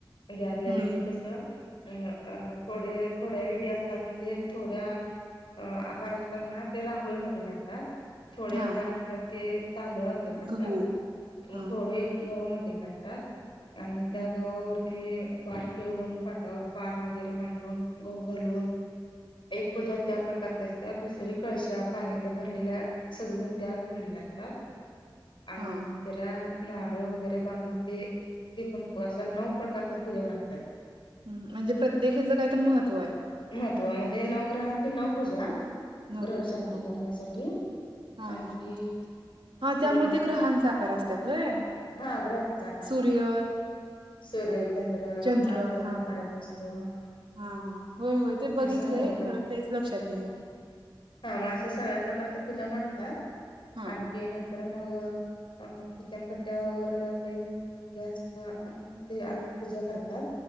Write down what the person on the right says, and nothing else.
हम्म
हा
गहू
हा
हम्म
हा
हम्, म्हणजे प्रत्येक हेचं कायतरी महत्व आहे.
नवपूजा
हा
हा. हा
हा हा
त्यामुळे
ग्रहांचा आकार असतात व्हय
सूर्य
चंद्र
हा.
हा -हा, होय- होय ते बघितलंय
खरं तेच लक्षात येईना.
हा